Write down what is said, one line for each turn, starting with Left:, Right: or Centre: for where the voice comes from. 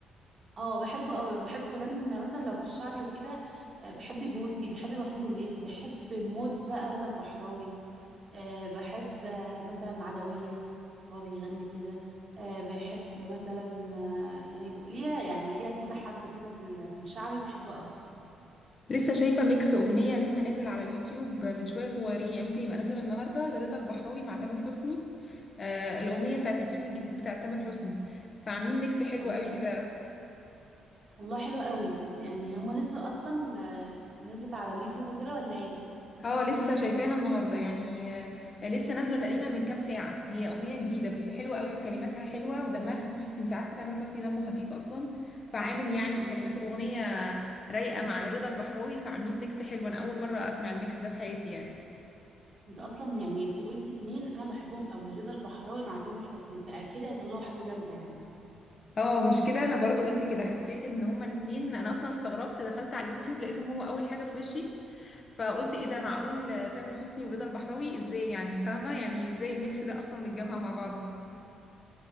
Right: اه بحبه قوي بحب كمان مثلا لو في الشعبي وكده آه، بحب بوسي بحب محمود الليثي بحب موت بقى رضا البحراوي آه، بحب آه، مثلا عدوية وهو بيغني كده آه، بحب مثلا آه، يعني ب- ليها يعني ليها كذا حد كده في ال- في الشعبي بحبه قوي
Left: لسه شايفة ميكس اغنية لسه نازل على اليوتيوب من شوية صغيرين يعني ممكن يبقى نازل النهاردة لرضا البحراوي مع تامر حسني آه الاغنية بتاعت الفيلم الجديد بتاع تامر حسني فعاملين ميكس حلو
Right: الله
Left: قوي كده
Right: والله حلو قوي يعني هما نزلوا اصلا آه، نزلت على اليوتيوب وكده ولا ايه
Left: اه لسه شايفاها النهارده يعني آه، لسه نازله تقريبا من كام ساعه هي اغنيه جديده بس حلوه قوي وكلماتها حلوه ودمها خفيف انت عارفه تامر حسني دمه خفيف اصلا فعامل يعني
Right: مم.
Left: كلمات الاغنيه رايقه مع رضا البحراوي فعاملين ميكس حلو انا اول مره اسمع الميكس ده في حياتي يعني
Right: انت اصلا يعني انت قلتي اتنين انا بحبهم قوي رضا البحراوي مع تامر حسني فاكيد هيطلعوا حاجة جامدة يعني
Left: اه مش كده انا برضو قلت كده حسيت ان هما الاتنين انا اصلا استغربت دخلت على اليوتيوب لقيتهم هو اول حاجه في وشي فقلت ايه ده معقول آه، تامر حسني ورضا البحراوي ازاي يعني فاهمه يعني ازاي الميكس ده اصلا متجمع مع بعضه